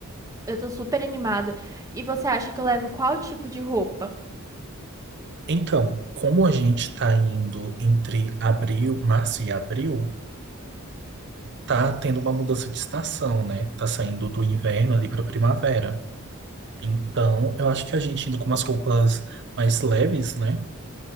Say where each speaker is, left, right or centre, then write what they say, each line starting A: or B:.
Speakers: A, on the right (about 15°); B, on the right (about 55°).
A: eu tô super animada. E você acha que eu levo qual tipo de roupa?
B: Então, como a gente está indo entre abril, março e abril, tá tendo uma mudança de estação, né? Tá saindo do inverno ali para primavera. Então, eu acho que a gente indo com umas roupas mais leves, né?